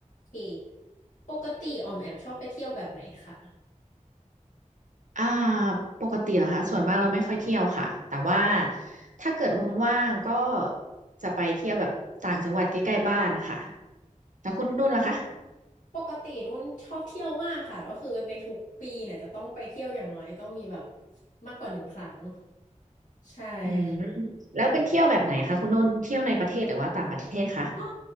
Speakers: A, on the left; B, on the right.
A: เคปกติออมแอมชอบไปเที่ยวแบบไหนคะ
B: อ่าปกติเหรอคะส่วนมากเราไม่ค่อยเที่ยวค่ะแต่ว่าถ้าเกิดว่างๆก็จะไปเที่ยวแบบต่างจังหวัดใกล้ๆบ้านค่ะแล้วคุณนุ่นล่ะคะ
A: ปกตินุ่นชอบเที่ยวมากค่ะก็คือในทุกปีเนี่ยจะต้องไปเที่ยวอย่างน้อยต้องมีแบบมากกว่าหนึ่งครั้งใช่ค่ะ
B: อืมแล้วเป็นเที่ยวแบบไหนคะคุณนุ่นเที่ยวในประเทศหรือว่าต่างประเทศคะ
A: ก็